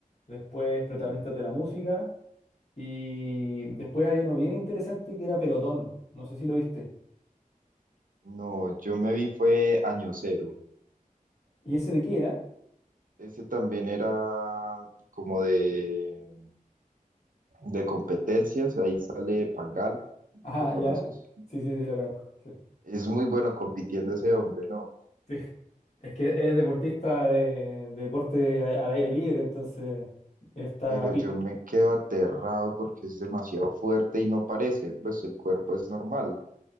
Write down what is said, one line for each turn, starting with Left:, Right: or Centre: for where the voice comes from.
Left: después Protagonistas
Right: sí.
Left: de la Música, y después había uno bien interesante que era Pelotón, no sé si lo viste.
Right: No, yo me vi fue Año Cero.
Left: ¿Y ese de qué era? <laughs>
Right: Ese también era como de, de competencias, ahí sale Pangal,
Left: Ah,
Right: ¿lo conoces?
Left: ya, sí, sí, sí, lo conozco. sí,
Right: Es muy bueno compitiendo ese hombre, ¿no?
Left: sí. Es que es deportista de, de deporte a- al aire libre, entonces está
Right: pero
Left: pi-
Right: yo me quedo aterrado porque es demasiado fuerte y no parece, pues el cuerpo es normal.